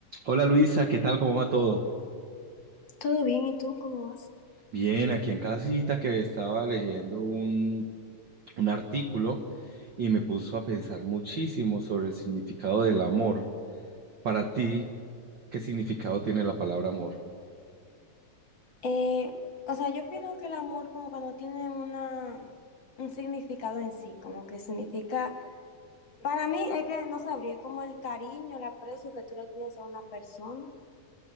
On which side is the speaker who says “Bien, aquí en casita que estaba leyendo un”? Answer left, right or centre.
Right